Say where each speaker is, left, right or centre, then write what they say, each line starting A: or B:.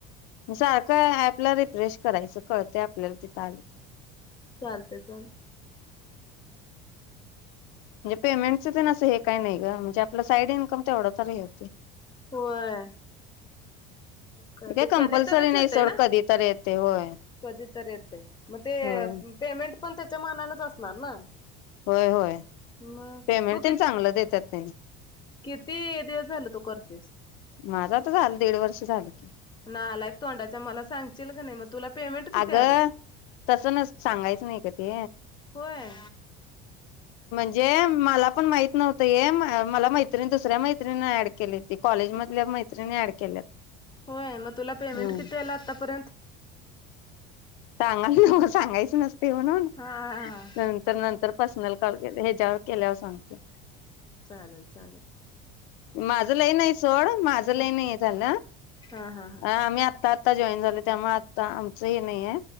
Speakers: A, on the left; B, on the left.
A: सारखं ॲपला रिफ्रेश करायचं कळतय आपल्याला तिथं आल की,
B: चालतय चालतय.
A: म्हणजे पेमेंटच तेसं हे काही नाही ग म्हणजे आपलं साईड इन्कम तेवढं तर हे होतय.
B: होय
A: हे
B: कधी
A: काय कंपल्सरी
B: कधी तरच
A: नाही
B: येतय
A: सोड
B: ना?
A: कधी तर येते होय
B: कधी तर येतय म ते
A: होय
B: पेमेंट पण च्या मनानच असणार ना
A: होय होय
B: मग.
A: पेमेंट
B: तू
A: तेन
B: कि
A: चांगलं देत्यात त्यांनी
B: किती दिवस झालं तू करतोयस
A: माझा तर झालं दीड वर्ष झालं की
B: नालायक तोंडाच्या मला सांगशील का नाही मग तुला पेमेंट किती
A: अग
B: आलं.
A: तसं सांगायचं नाही ग ते
B: होय.
A: जे मला पण माहित नव्हतं हे मला मैत्रिणी दुसऱ्या मैत्रिणी ऍड केली ती कॉलेज मधल्या मैत्रिणी ऍड केल्यात
B: होय मग तुला पेमेंट
A: हम्म
B: किती आला आतापर्यंत?
A: सांगायला नव सांगायचं नस ते म्हणून
B: हा हा.
A: नंतर नंतर पर्सनल कॉल की आता ह्याच्यावर केल्यावर सांगते.
B: चालल चालल
A: माझं लय नाही सोड माझं लय
B: हा
A: नाही झालं
B: हा हा हा
A: आम्ही आ आता आता जॉईन झाले त्यामुळे आता आमचं हे नाहीये.